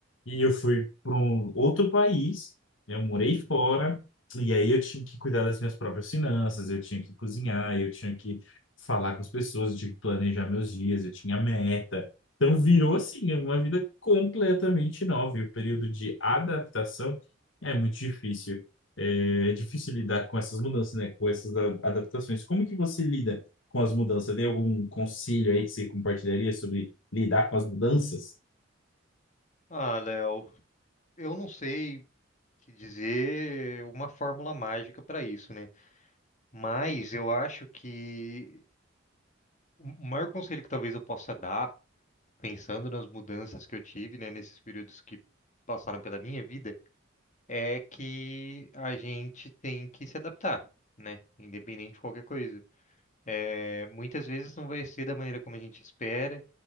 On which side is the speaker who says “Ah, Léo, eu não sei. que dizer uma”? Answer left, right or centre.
Left